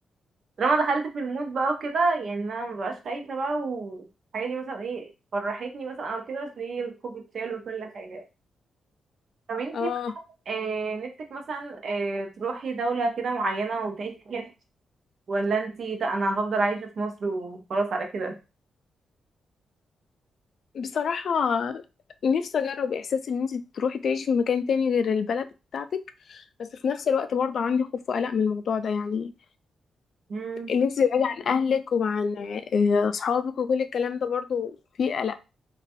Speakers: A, on the right; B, on the left.
A: لما دخلت في المود بقى وكده يعني أنا مبقاش خايفة بقى والحاجة دي مثلا إيه فرحتني مثلا أو كده بس ليه الخوف اتشال وكل حاجة طب انتي
B: اه
A: آه نفسك مثلا آه تروحي دولة كده معينة وتعيشي فيها ولا انتي ده انا هفضل عايشة في مصر وخلاص على كده
B: بصراحة نفسي أجرب إحساس إن أنت تروحي تعيشي في مكان تاني غير البلد بتاعتك بس في نفس الوقت برضه عندي خوف وقلق من الموضوع ده يعني
A: امم
B: إن أنت تبعدي عن أهلك وعن آه، أصحابك وكل الكلام ده برضه فيه قلق